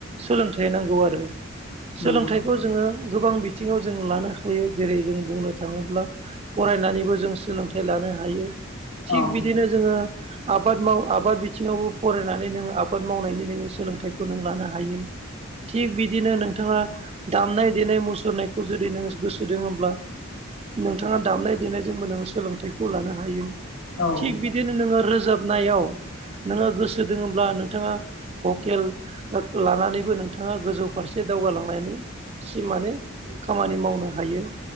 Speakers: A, on the right; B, on the left.
A: सोलोंथाइ नांगौ आरो
B: नंगौ
A: सोलोंथाय जोङो गोबां बिथिङाव जों लानो हायो जेरै जों बुंनो थाङोब्ला फरायनानैबो जों सोलोंथाइ लानो हायो थिग
B: औ
A: बिदिनो जोङो आबाद माव आबाद बिथिङावबो फरायनानै नोङो आबाद मावनायनि नोङो सोलोंथाइखौ नों लानो हायो थिग बिदिनो नोंथाङा दामनाय देनाय मुसुरनायखौ जुदि नोङो गोसो दङब्ला नोंथाङा दामनाय देनायजोंबो नोङो सोलोंथाइखौ लानो हायो
B: औ
A: थिग बिदि बिदिनो नोङो रोजाबनायाव नोङो गोसो दोङोब्ला नोंथाङा भकेल लानानैबो नोंथाङा गोजौ फारसे दावगालांनायनि सि माने खामानि मावनो हायो